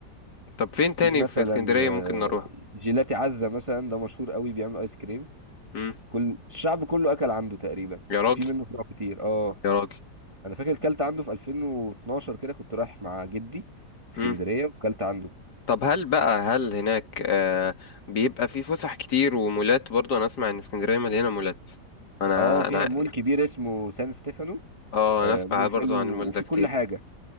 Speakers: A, on the left; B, on the right.
A: طب فين تاني
B: في مثلا
A: في اسكندرية
B: آه،
A: ممكن نروح
B: جيلاتي عزه مثلا ده مشهور قوي بيعمل ايس كريم
A: امم
B: كل الشعب كله اكل عنده تقريبا
A: يا راجل
B: وفي منه فروع كتير اه
A: يا راجل
B: انا فاكر كلت عنده في 2012 كده كنت رايح مع جدي اسكندريه
A: امم
B: وكلت عنده
A: طب هل بقى هل هناك آه بيبقى في فسح كتير ومولات برضو أنا أسمع إن اسكندرية مليانة مولات أنا
B: اه فيها
A: أنا
B: مول كبير اسمه سان ستيفانو
A: اه
B: آه
A: أنا أسمع
B: مول
A: برضو
B: حلو
A: عن المول
B: وفي
A: ده كتير
B: كل حاجه